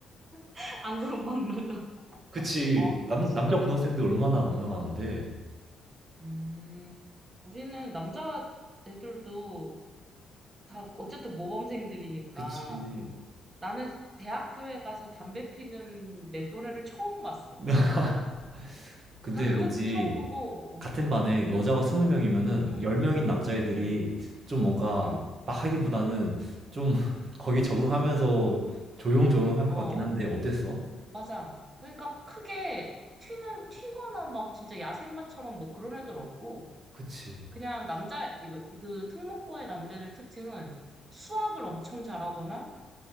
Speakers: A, on the right; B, on the right.
A: <laughs> 안 그럼 막 나가.
B: 그치.
A: 아, 그렇구나.
B: 남, 남자 고등학생들 얼마나 막 나가는데.
A: 음, 우리는 남자 애들도 다 어쨌든 모범생들이니까
B: 그치.
A: 나는 대학교에 가서 담배 피는 내 또래를 처음 봤어.
B: <laughs> 근데
A: 아, 그것도
B: 왠지
A: 처음이고,
B: 같은
A: 어,
B: 반에
A: 어, 그,
B: 여자가
A: 어,
B: 20명이면은
A: 응,
B: 10명인 남자애들이
A: 응,
B: 좀 뭔가
A: 응,
B: 막 하기보다는 좀 <laughs>
A: 응.
B: 거기 적응하면서 조용조용 할
A: 어,
B: 것 같긴 한데 어땠어?
A: 맞아. 그러니까 크게 튀는, 튀거나 막 진짜 야생마처럼 뭐 그런 애들 없고,
B: 그치.
A: 그냥 남자, 그 특목고의 남자들 특징은 수학을 엄청 잘하거나,